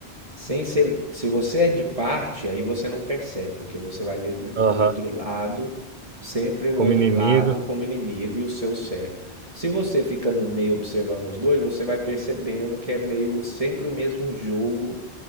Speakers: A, on the right; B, on the right.
A: Sem ser, se você é de parte, aí você não percebe, porque você vai ver
B: Aham,
A: o outro lado, sempre o
B: Como
A: outro
B: inimigo,
A: lado como inimigo e o seu certo. Se você fica no meio observando os dois, você vai percebendo que é meio sempre o mesmo jogo